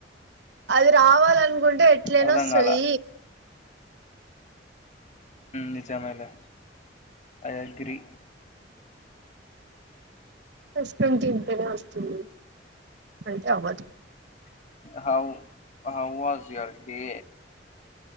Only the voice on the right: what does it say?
అది రావాలనుకుంటే ఎట్లయినా
వస్తది
ఐస్ క్రీమ్ తింటేనే వస్తుంది అంటే అవ్వదు